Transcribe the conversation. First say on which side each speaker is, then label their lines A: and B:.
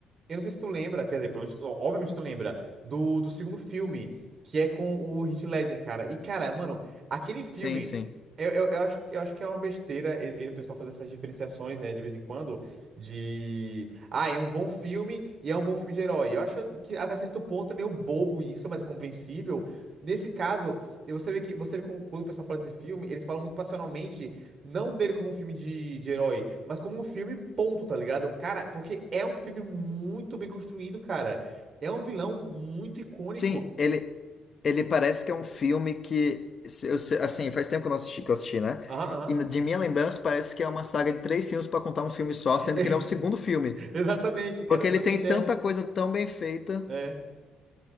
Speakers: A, on the right (about 50°); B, on the left (about 45°).
A: Eu não sei se tu lembra, quer dizer, provavelmente, tu- obviamente tu lembra, do, do segundo filme, que é com o Heath Ledger, cara. E, cara, mano, aquele filme.
B: sim, sim.
A: Eu, eu, eu acho, eu acho que é uma besteira e- e o pessoal fazer essas diferenciações, né, de vez em quando, de. Ah, é um bom filme e é um bom filme de herói. Eu acho que até certo ponto é meio bobo isso, mas é compreensível. Nesse caso, e você vê que você vê com- quando o pessoal fala desse filme, eles falam muito passionalmente não dele como um filme de, de herói, mas como um filme ponto, tá ligado? Cara, porque é um filme muito bem construído, cara. É um vilão muito icônico.
B: Sim, ele, ele parece que é um filme que, se- eu se- assim, faz tempo que eu não assisti, que eu assisti, né?
A: Aham, aham.
B: E de minha lembrança, parece que é uma saga de três filmes para contar um filme só,
A: <laughs>
B: sendo que ele é o segundo filme.
A: Exatamente, cara,
B: Porque
A: exatamente,
B: ele tem
A: é.
B: tanta coisa tão bem feita
A: É.